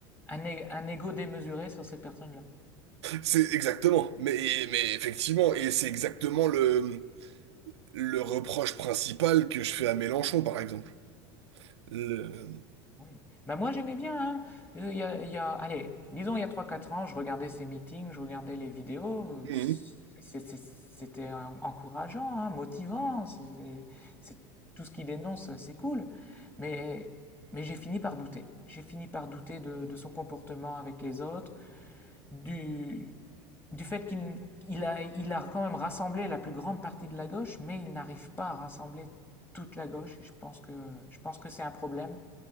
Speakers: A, on the left (about 15°); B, on the right (about 85°).
A: Un, é- un ego démesuré sur ces personnes-là.
B: C'est exactement, mais, mais effectivement, et c'est exactement le, le reproche principal que je fais à Mélenchon, par exemple. Le-
A: Oui. Bah moi j'aimais bien, hein. Euh, Il y a, il y a- allez, disons il y a trois quatre ans, je regardais ces meetings, je regardais les vidéos, euh,
B: Mhm.
A: c'est- c'est- c'était en- encourageant, hein, motivant, c'est c'est- tout ce qu'il dénonce, c'est cool. Mais, mais j'ai fini par douter. J'ai fini par douter de, de son comportement avec les autres, du, du fait qu'il il a, il a quand même rassemblé la plus grande partie de la gauche, mais il n'arrive pas à rassembler toute la gauche, et je pense que, je pense que c'est un problème.